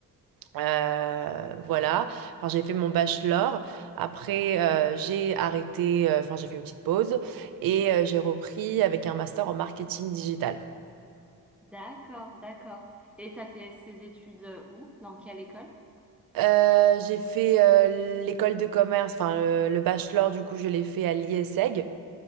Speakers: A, on the right; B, in the centre.
A: Euh, voilà. Enfin, j'ai fait mon bachelor. Après, euh, j'ai arrêté. euh, Enfin, j'ai fait une petite pause et euh, j'ai repris avec un master en marketing digital.
B: D'accord, d'accord. Et t'as fait ces études euh, où? Dans quelle école?
A: Euh, j'ai fait euh, l'école de commerce. Enfin, le, le bachelor, du coup, je l'ai fait à l'IESEG,